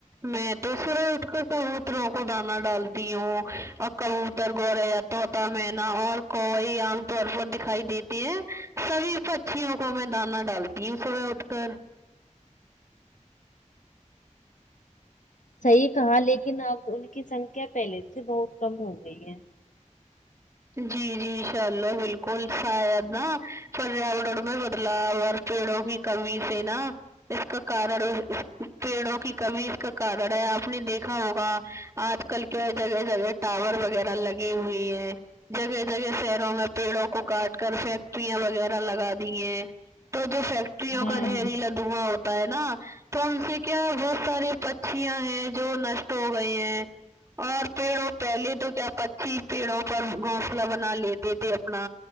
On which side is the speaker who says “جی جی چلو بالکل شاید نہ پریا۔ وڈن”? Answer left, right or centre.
Right